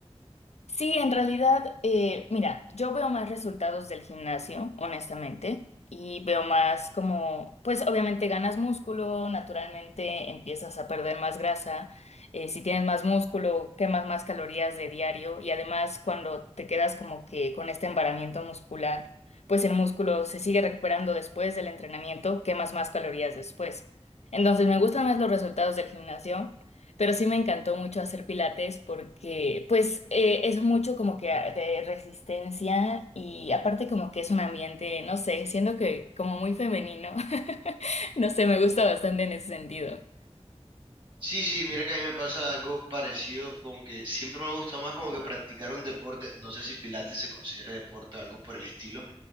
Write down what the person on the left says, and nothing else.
Sí, en realidad, eh, mira, yo veo más resultados del gimnasio, honestamente, y veo más como, pues obviamente ganas músculo, naturalmente empiezas a perder más grasa, eh, si tienes más músculo, quemas más calorías de diario y además cuando te quedas como que con este embaramiento muscular, pues el músculo se sigue recuperando después del entrenamiento, quemas más calorías después. Entonces me gustan más los resultados del gimnasio. Pero sí me encantó mucho hacer pilates porque pues eh, es mucho como que a- de resistencia y aparte como que es un ambiente, no sé, siendo que como muy femenino, <laughs> no sé, me gusta bastante en ese sentido.